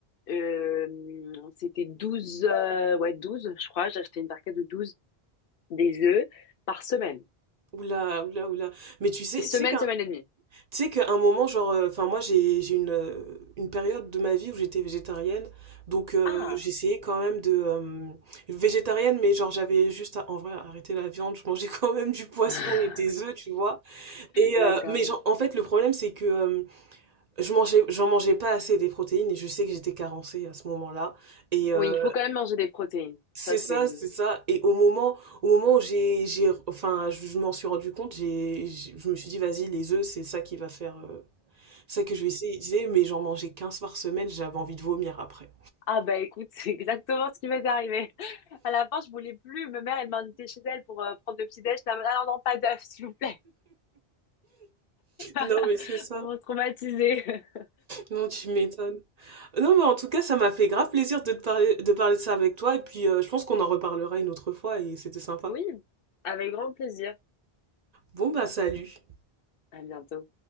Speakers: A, on the left; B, on the right.
A: Euh, c'était 12 euh, ouais, 12 je crois. J'ai acheté une barquette de 12 des œufs par semaine.
B: Oula, oula, oula. Mais tu sais,
A: Semaine,
B: tu sais qu'un,
A: semaine et demie.
B: tu sais qu'à un moment, genre, euh, enfin moi j'ai j'ai une, euh, une période de ma vie où j'étais végétarienne, donc euh,
A: Ah,
B: j'essayais quand même de euh, végétarienne, mais genre j'avais juste à, en vrai arrêter la viande, je mangeais quand même du poisson
A: <laughs>
B: et des œufs, tu vois. Et
A: d'accord.
B: euh, mais genre, en fait le problème c'est que euh, je mangeais, j'en mangeais pas assez des protéines et je sais que j'étais carencée à ce moment-là. Et euh,
A: Oui, il faut quand même manger des protéines.
B: c'est
A: Ça, c'est...
B: ça, c'est ça. Et au moment, au moment où j'ai, j'ai, enfin, je, je m'en suis rendu compte, j'ai, j'ai- je me suis dit, vas-y, les œufs, c'est ça qui va faire, euh, ça que je vais essayer. Je disais, mais j'en mangeais 15 par semaine, j'avais envie de vomir après.
A: Ah bah écoute, <laughs> c'est exactement ce qui m'est arrivé. À la fin, je voulais plus. Ma mère, elle m'a invitée chez elle pour euh, prendre le petit déj. Elle m'a dit, Ah non, non, pas d'œufs, s'il vous plaît. <laughs>
B: Non, mais c'est ça.
A: On m'a traumatisée. <laughs>
B: Non, tu m'étonnes. Non, mais en tout cas, ça m'a fait grave plaisir de te parler, de parler de ça avec toi. Et puis, euh, je pense qu'on en reparlera une autre fois et c'était sympa.
A: Oui, avec grand plaisir.
B: Bon, bah, salut.
A: À bientôt.